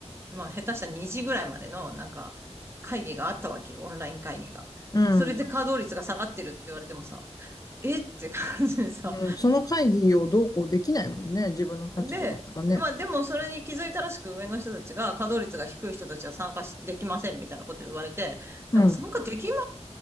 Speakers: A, on the right; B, on the left.
A: まあ下手したら2時ぐらいまでのなんか会議があったわけよ、オンライン会議が。
B: うん。
A: それで稼働率が下がってるって言われてもさ、えって感じでさ、
B: うん、その会議をどうこうできないもんね。自分の立場だったらね。
A: で、まあでもそれに気づいたらしく上の人たちが稼働率が低い人たちは参加しできませんみたいなこと言われて、
B: う
A: なんか参加できま